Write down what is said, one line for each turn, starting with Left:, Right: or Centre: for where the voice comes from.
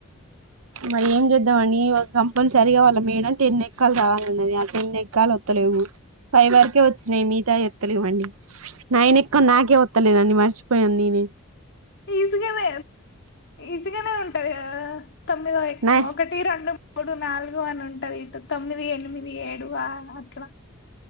Right: మరి ఏం చేద్దామండి కంపల్సరిగా వాళ్లు మేడం టెన్ ఎక్కలు రావాలన్నది ఆ టెన్ ఎక్కలు వత్తలేవు ఫైవ్ వరకే వచ్చినాయి మిగతా వత్తలేయండి నైన్ ఎక్కలు నాకే వత్తలేదండి మర్చిపోయాను నేనే
Left: ఈజీగానే ఈజిగానే ఉంటాది కదా తొమ్మిదో ఎక్కం
Right: నా
Left: ఒకటి రెండు మూడు నాలుగు వని ఉంటది ఇటు తొమ్మిది ఎనిమిది అది ఏడువా అట్లా